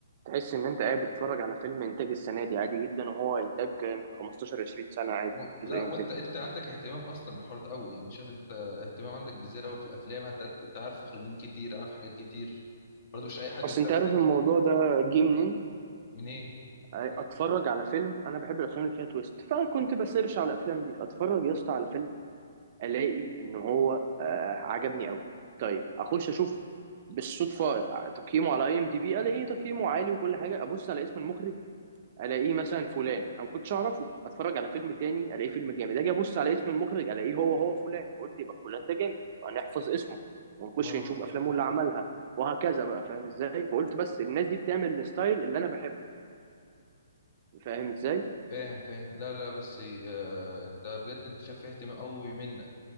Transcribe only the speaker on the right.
تحس ان انت قاعد بتتفرج على فيلم انتاج السنه دي عادي جدا وهو انتاج من 15 20 سنه عادي
مفيش
اي
مشاكل
اصل
انت
عارف الموضوع ده جه منين
اتفرج على فيلم انا بحب الافلام اللي فيها تويست فكنت بسيرش على الافلام دي اتفرج يا اسطى على فيلم الاقي ان هو آه عجبني قوي طيب اخش اشوف بالصدفه تقييمه على اي ام دي بي الاقيه تقييمه عالي وكل حاجه ابص على اسم المخرج الاقيه مثلا فلان انا ما كنتش اعرفه اتفرج على فيلم تاني الاقيه فيلم جامد اجي ابص على اسم المخرج الاقيه هو هو فلان قلت يبقى فلان ده جامد يبقى نحفظ اسمه ونخش
نشوف افلامه اللي عملها وهكذا بقى فاهم ازاي فقلت بس الناس دي بتعمل الستايل اللي انا بحبه فاهم ازاي